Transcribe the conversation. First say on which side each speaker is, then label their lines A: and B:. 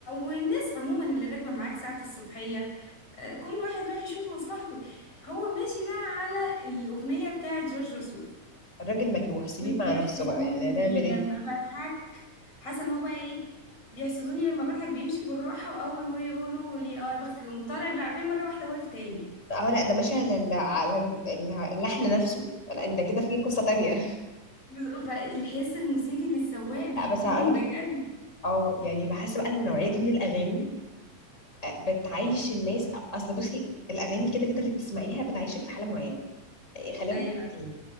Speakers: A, on the left; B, on the left.
A: والناس عموما اللي راكبه معاك ساعه الصبحيه آه، كل واحد رايح يشوف مصلحته هو ماشي بقى على الاغنيه بتاعه جورج وسوف
B: الراجل مجروح سيبيه
A: وبيحسدوني
B: مع نفسه بقى يعني هنعمل ايه
A: لما بضحك حسن هو بقى ايه بيحسدوني لما بضحك بيمشي بالراحه واول ما يقولوا لي اه يا بختك يقوم طالع بالعربيه مره واحده واقف تاني
B: اه لا ده ماشي على ال- على ال- اللحن نفسه لا انت كده في قصة تانية <laughs>
A: بز- فالحس الموسيقي للسواق بيكون
B: لا بس هقول لك
A: بجد
B: حاجة اه يعني بحس بقى ان النوعية دي من الاغاني آه، بتعيش الناس اصل بصي الاغاني كده كده اللي بتسمعيها بتعيشك في حالة معينة آه، خلينا
A: ايوه
B: متفقين